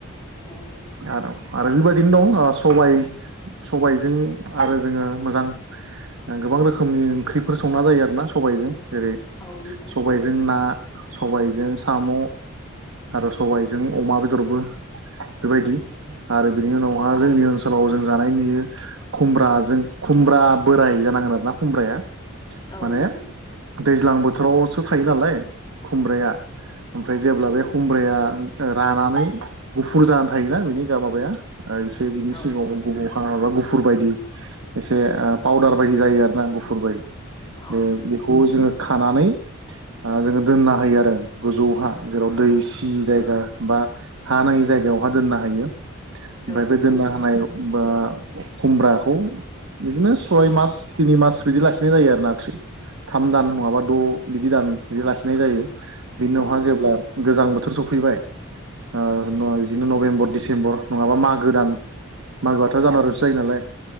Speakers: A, on the left; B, on the right.
A: ओं।
B: आरो आरो बेबायदिनो दं अ सबाय सबायजों आरो जोङो मोजां ओ गोबां रोखोमनि ओंख्रिफोर संना जायो आरोना सबायजों जेरै
A: ओ जो
B: सबाय जों ना सबायजों साम' आरो सबायजों अमा बेदरबो बेबायदि आरो बिनि
A: औ नोंथां औ
B: उनावहा
A: नोंथां
B: जोंनि ओनसोलाव जों जानाय नुयो खुमब्राजों खुमब्रा बोराय जानांगोन आरोना खुमब्राया
A: औ
B: माने
A: नोंथां
B: दैज्लां बोथोरावसो थायो नालाय खुमब्राया ओमफ्राय जेब्ला
A: औ
B: बे
A: नोंथां
B: खुमब्राया रानानै गुफुर जानानै थायोना बिनि गा माबाया एसे बिनि सिगाङाव
A: औ नोंथां
B: <unintelligible> माबा गुफुर बायदि एसे ओ पाउदार बायदि जायो आरो ना गुफुर बायदि
A: औ
B: बे
A: नोंथां
B: बिखौ जोङो खानानै ओ जोङो दोनना होयो आरो गोजौहा जेराव दै सि जायगा बा हा नाङि जायगायावहा दोनना होयो
A: औ
B: फ्राय
A: नोंथां
B: बे दोनना होनायाव बा खुमब्राखौ बिदिनो सय मास तिनि मास बिदि लाखिनाय जायो आरो नाथ्रि। थाम दान नङाबा द' बिदि दान बिदि लाखिनाय जायो। बिनि उनावहा
A: औ
B: जेब्ला गोजां बोथोर सफैबाय ओ नय दिनो नभेम्बर डिसेम्बर नङाबा मागो दान मागोआथ' जानुवारियावसो जायो नालाय